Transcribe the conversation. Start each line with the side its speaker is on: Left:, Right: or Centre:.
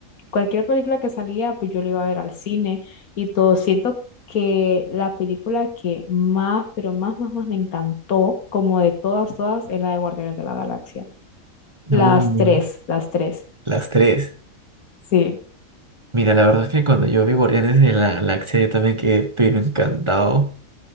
Left: cualquier película que salía, pues yo la iba a ver al cine y todo. Siento que la película que más, pero más, más, más me encantó, como de todas, todas, es la de Guardianes de la Galaxia. Las
Right: uy,
Left: tres, las tres,
Right: las tres.
Left: sí.
Right: Mira, la verdad es que cuando yo vi Guardianes de la Galaxia yo también quedé pero encantado.